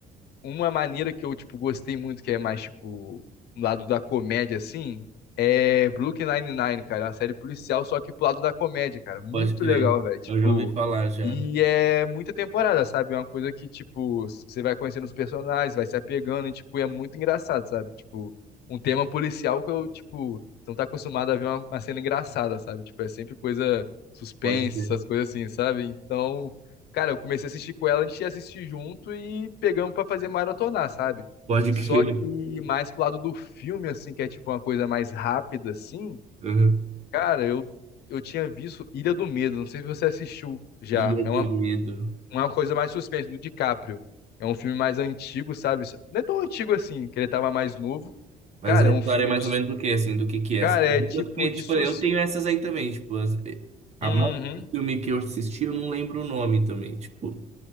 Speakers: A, on the left; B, on the right.
A: uma maneira que eu, tipo, gostei muito, que é mais, tipo, um lado da comédia, assim, é Brooklyn Nine-Nine, cara. É uma série policial, só que pro lado da comédia, cara. Muito
B: Pode crer.
A: legal, velho. Tipo,
B: Eu já ouvi falar já.
A: e é muita temporada, sabe? É uma coisa que, tipo, você vai conhecendo os personagens, vai se apegando e, tipo, é muito engraçado, sabe? Tipo, um tema policial que eu, tipo, você não tá acostumado a ver uma, uma cena engraçada, sabe? Tipo, é sempre coisa suspense,
B: Pode crer.
A: essas coisas assim, sabe? Então, Cara, eu comecei a assistir com ela, a gente ia assistir junto e pegamos pra fazer maratonar, sabe?
B: Pode
A: Só
B: crer.
A: que mais pro lado do filme, assim, que é tipo uma coisa mais rápida, assim.
B: Uhum.
A: Cara, eu, eu tinha visto Ilha do Medo, não sei se você assistiu já.
B: Ilha
A: É
B: do
A: uma,
B: Medo.
A: uma coisa mais suspense, do DiCaprio. É um filme mais antigo, sabe? Não é tão antigo assim, que ele tava mais novo.
B: Mas
A: Cara,
B: a
A: é
B: história
A: um filme
B: é mais
A: de. su-
B: ou menos do que, assim, do que que
A: Cara,
B: é, assim. Porque,
A: é tipo de
B: tipo,
A: sus.
B: eu tenho essas aí também, tipo, as- eh, a
A: Uhum.
B: mais do filme
A: <laughs>
B: que eu assisti, eu não lembro o nome também, tipo.